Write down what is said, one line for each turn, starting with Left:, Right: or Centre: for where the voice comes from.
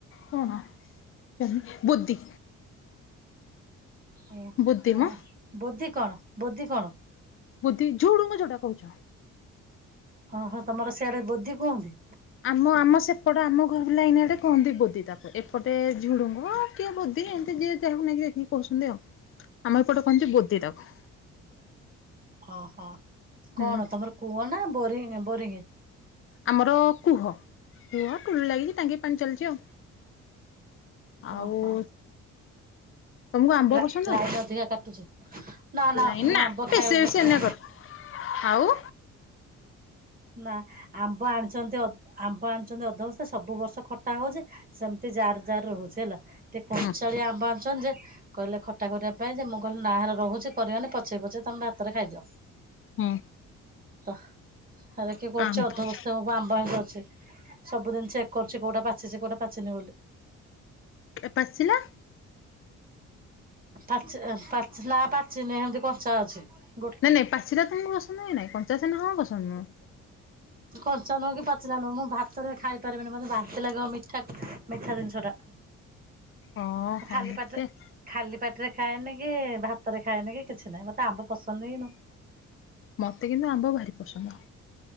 Left: କଣ <unintelligible> ବୁଦି
Right: ଓ
Left: ବୋଦି
Right: ହଁ
Left: ମ
Right: ବୋଦି କଣ ବୋଦି କଣ?
Left: ବୁଦ୍ଧି ଝୁଂଡୁଙ୍ଗ ଯୋଉଟା କହୁଚ।
Right: ହଁ ହଁ ତମର ସିଆଡେ ବୋଧି କୁହନ୍ତି।
Left: ଆମ ଆମ ସେପଟ ଆମ ଘର ଲାଇନି ଆଡେ କୁହନ୍ତି ବୋଦିତାପ ଏପଟେ ଝୁଡ଼ୁଙ୍ଗ କିଏ ବୋଦି ଏମିତି ଯିଏ ଯାହାକୁ ନେଇକି ଦେଖିକି କହୁଛନ୍ତି ଆଉ ଆମ ଏପଟେ କହନ୍ତି ବୋଦି ତାକୁ
Right: ଓହୋ
Left: ହୁଁ
Right: କଣ ତମର କୂଅ ନା ବୋରି ବୋରିଙ୍ଗ?
Left: ଆମର କୁହ କୂହ ଟୁଳି ଲାଗିଚି ଟାଙ୍କି ପାଣି ଚାଲିଚି ଆଉ। ଆଉ
Right: ଓହୋ।
Left: ତମକୁ ଆମ୍ବ
Right: ଲା
Left: ପସନ୍ଦ
Right: ଲାଇନ ଅଧିକା କାଟୁଛି। ନା
Left: ଲାଇନ
Right: ମୁଁ
Left: ନା
Right: ଆମ୍ବ
Left: ବେଶୀ
Right: ଖାଇବାକୁ
Left: ବେଶୀ
Right: ଭଲ ପାଏ
Left: ଏନେ କର ଆଉ
Right: ନା ଆମ୍ବ ଆଣିଛନ୍ତି ଅ ଆମ୍ବ ଆଣିଛନ୍ତି ଅଧବସ୍ଥା। ସବୁବର୍ଷ ଖଟା ହଉଛି, ସେମିତି ଜାର ଜାର ରହୁଛି ହେଲା। ଟି
Left: ହୁଁ।
Right: ଚାଳିଆ ଆମ୍ବ ଆଣୁଛନ୍ତି ଯେ କହିଲେ ଖଟା କରିବା ପାଇଁ ଯେ ମୁଁ କହିଲି ନାହାରେ ରହୁଛି କରିବାନି ପଛେଇ ପଛେଇ ତମେ ଭାତରେ ଖାଇଦିଅ।
Left: ହୁଁ।
Right: ତ ହେରା କିଏ କରୁଛି
Left: ଆମ୍ବ
Right: ଅଧବସ୍ତା ହେବ ଆମ୍ବ ଆଣି ଅଛି। ସବୁଦିନ ଚେକ କରୁଛି କୋଉଟା ପାଚିଛି କୋଉଟା ପାଚିନି ବୋଲି।
Left: ଏ ପାଚିଲା
Right: ପାଚି ପାଚିଲା ନା ପାଚିନି ଏମିତି କଞ୍ଚା ଅଛି। ଗୋ
Left: ନାଇଁ ନାଇଁ ପାଚିଲା ତ ମୁ ପସନ୍ଦ ଏ ନାଇଁ। କଞ୍ଚା ସିନା ହ ପସନ୍ଦ ମୁଁ
Right: କଞ୍ଚା ନୁହଁ କି ପାଚିଲା ନୁହଁ ମୁଁ ଭାତରେ ଖାଇପାରିବିନି ମତେ ବାନ୍ତି ଲାଗିବ ମିଠା ମିଠା ଜିନିଷ ଟା।
Left: ହଁ
Right: ମୁଁ
Left: ହଁ
Right: ଖାଲି ପାଟିରେ
Left: ସେ
Right: ଖାଲି ପାଟିରେ ଖାଏନି କି ଭାତରେ ଖାଏନି କି କିଛିନାହିଁ। ମତେ ଆମ୍ବ ପସନ୍ଦ ନୁହେଁ କି
Left: ମତେ କିନ୍ତୁ ଆମ୍ବ ଭାରି ପସନ୍ଦ।